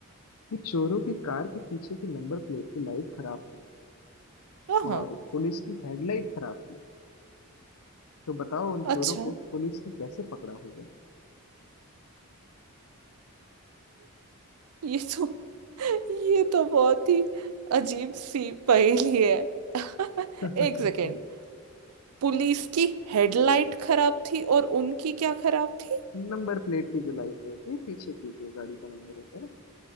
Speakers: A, on the left; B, on the right.
A: कि चोरों की कार के पीछे की नंबर प्लेट की लाइट खराब थी
B: आहा
A: और पुलिस की हेडलाइट खराब थी तो बताओ उन चोरों
B: अच्छा
A: को पुलिस ने कैसे पकड़ा होगा
B: ये तो ये तो बहुत ही अजीब सी पहेली है <laughs>
A: <laughs>
B: एक सेकेंड पुलिस की हेडलाइट खराब थी और उनकी क्या खराब थी
A: नंबर प्लेट की जो लाइट होती है पीछे की जो गाड़ी का नंबर होता है ना